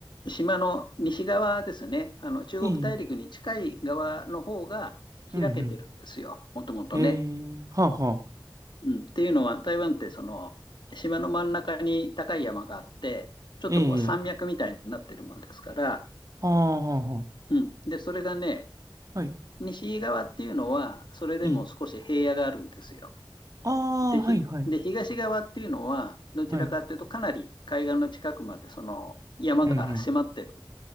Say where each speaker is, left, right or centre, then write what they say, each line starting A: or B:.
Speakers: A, on the left (about 65°); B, on the right (about 45°).
A: 島の西側ですね、あの、中国大陸に近い側の方が開けてるんですよ、
B: いいうんうん。
A: もともとね。
B: へえ。はあはあ。
A: うん、っていうのは、台湾ってその、島の真ん中に高い山があって、ちょっとこう山脈みたいになってるもんですから、
B: ええ。ああ、はあは
A: うん。で、それがね、
B: あ。はい。
A: 西側っていうのは、それでも少し平野があるんですよ。
B: いいあ
A: で、
B: あ、はいはい。
A: ひ、で、東側っていうのは、どちらかというと、
B: はい。
A: かなり海岸の近くまで、その山が迫ってる
B: うん